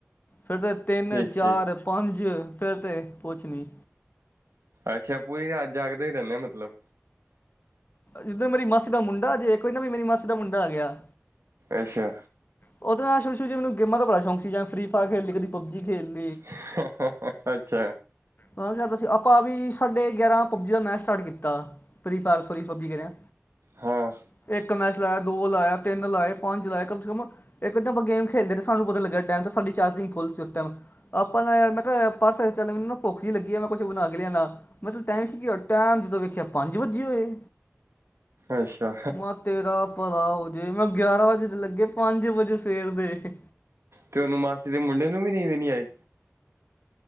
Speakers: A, on the left (about 45°); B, on the right (about 70°).
A: ਫੇਰ ਤਾਂ ਤਿੰਨ
B: ਠੀਕ
A: ਚਾਰ
B: ਠੀਕ
A: ਪੰਜ ਫੇਰ ਤੇ ਪੁੱਛ ਨਹੀਂ
B: ਅੱਛਾ ਪੂਰੀ ਰਾਤ ਜਾਗਦੇ ਹੀ ਰਹਿੰਨੇ ਅ ਮਤਲਬ
A: ਜਿੱਦਰ ਮੇਰੀ ਮਾਸੀ ਦਾ ਮੁੰਡਾ ਜੇ ਇੱਕ ਕੋਈ ਨਾ ਵੀ ਮੇਰੀ ਮਾਸੀ ਦਾ ਮੁੰਡਾ ਆ ਗਿਆ
B: ਅੱਛਾ
A: ਉਹਦੇ ਨਾਲ ਸ਼ੁਰੂ ਸ਼ੁਰੂ ਮੈਨੂੰ ਗੇਮਾਂ ਦਾ ਬੜਾ ਸ਼ੌਕ ਸੀ ਜਾਂ ਫਰੀਫਾਯਰ ਖੇਲੀ ਕਦੀ ਪਬਜੀ ਖੇਲੀ
B: ਹ ਹ ਹ ਅੱਛਾ
A: ਉਹ ਕਿਆ ਸੀ ਆਪਾਂ ਵੀ ਸਾਡੇ ਗਿਆਰਾਂ ਪਬਜੀ ਦਾ ਮੈਚ ਸਟਾਰਟ ਕੀਤਾ ਫਰੀਫਾਰ ਸਰੀਫਬੀ ਕਰ ਰਿਿਆ
B: ਹਾਂ
A: <unintelligible> ਇੱਕ ਮੈਚ ਲਾਇਆ ਦੋ ਲਾਇਆ ਤਿੰਨ ਲਾਏ ਪੰਜ ਲਾਏ ਕਮ ਸੇ ਕਮ ਇੱਕ ਤਾਂ ਆਪਾਂ ਗੇਮ ਖੇਡਦੇ ਸੀ ਸਾਨੂੰ ਪਤਾ ਲੱਗਿਆ ਟਾਈਮ ਸਾਡੀ ਚਾਰਜਿੰਗ ਫੁੱਲ ਸੀ ਉਸ ਟਾਈਮ ਆਪਾਂ ਨਾਲ ਯਾਰ ਮੈਂ ਕਿਹਾ ਪਾਸੇ ਚੱਲ ਮੈਨੂੰ ਭੁੱਖ ਜਿਹੀ ਲੱਗੀ ਆ ਮੈਂ ਕੁੱਛ ਬਨਾ ਕੇ ਲਿਆਨਾ ਮਤਲਬ ਟਾਈਮ ਕੀ ਹੋਇਆ ਟੈਮ ਜਦੋਂ ਵੇਖਿਆ ਪੰਜ ਵੱਜੇ ਹੋਏ
B: ਅੱਛਾ
A: ਮੈਂ ਤੇਰਾ ਭਲਾ ਹੋ ਜੇ ਮੈਂ ਗਿਆਰਾਂ ਵਜੇ ਦੇ ਲੱਗੇ ਪੰਜ ਵਜੇ ਸਵੇਰ ਦੇ ਤੇ
B: ਤੇ ਉਹਨੂੰ ਮਾਸੀ ਦੇ ਮੁੰਡੇ ਨੂੰ ਵੀ ਨਹੀਂ ਦੇਣੀ ਆਈ